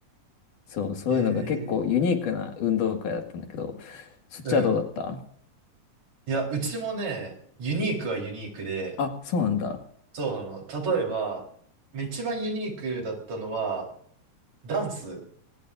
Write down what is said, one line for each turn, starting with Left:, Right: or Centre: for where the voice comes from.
Left: そう、そういうのが結構ユニークな運動会だったんだけど、
Right: へえ、
Left: そっちはどうだった
Right: うん。いや、うちもね、ユニークはユニークで、
Left: あ、そうなんだ。
Right: そうなの。例えば、一番ユニークだったのは、ダンス。